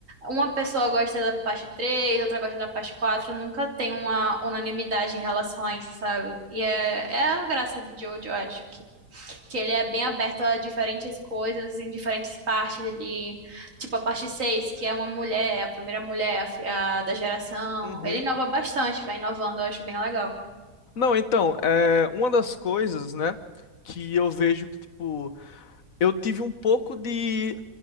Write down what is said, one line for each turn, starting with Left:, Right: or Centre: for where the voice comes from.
Right: uma pessoa gosta da parte 3, outra gosta da parte 4. Nunca tem uma unanimidade em relação a isso, sabe? E é, é a graça de Jojo, eu acho que ele é bem aberto a diferentes coisas em diferentes partes. Ele, tipo a parte 6 que é uma mulher, a primeira mulher a fi- a da geração.
Left: Uhum.
Right: Ele inova bastante, vai inovando, eu acho bem legal.
Left: Não, então, é, uma das coisas, né, que eu vejo que, tipo, eu tive um pouco de.